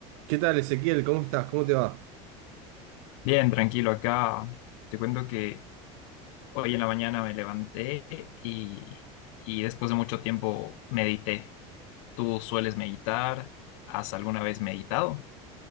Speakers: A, on the right; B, on the left.
A: ¿Qué tal, Ezequiel? ¿Cómo estás? ¿Cómo te va?
B: Bien, tranquilo, acá te cuento que hoy en la mañana me levanté y, y después de mucho tiempo medité. ¿Tú sueles meditar? ¿Has alguna vez meditado?